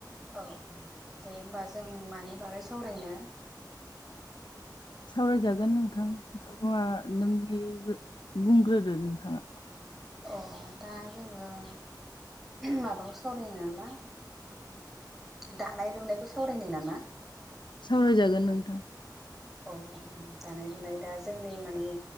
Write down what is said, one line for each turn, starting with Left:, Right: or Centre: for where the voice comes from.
Centre: अ अ दे हबा जों मानि बागै सावरायनो
Left: सावरायजागोन नोंथां। मा नोंनि बुंग्रोदो नोंथाङा
Centre: अ दा जोङो। माबाखौ सावरायनो नामा दानाय लुनायखौ सावरायनो नामा।
Left: सावरायजागोन नोंथां।
Centre: अ दानाय लुनाय दा जोंनि माने